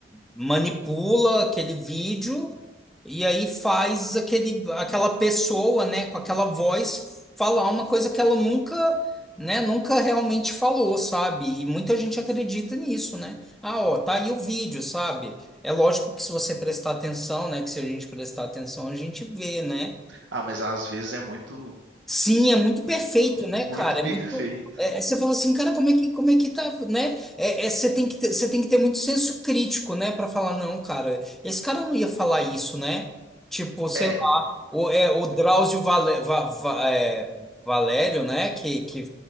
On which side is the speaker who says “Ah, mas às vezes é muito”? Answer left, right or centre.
Right